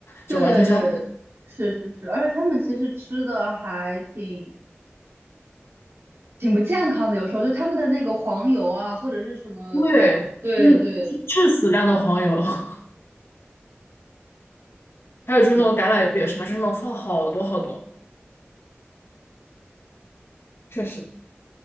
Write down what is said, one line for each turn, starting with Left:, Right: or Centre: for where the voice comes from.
Right: 对对对，
Left: 就完全相反。
Right: 是是是，而且他们其实吃的还挺挺不健康的，有时候就他们的那个黄油啊，或者是什么奶，
Left: 对，
Right: 对对
Left: 就是致死量的黄油。<laughs> 还有就是那种橄榄油也是嘛，
Right: 对
Left: 就是那种放好多好多。确实。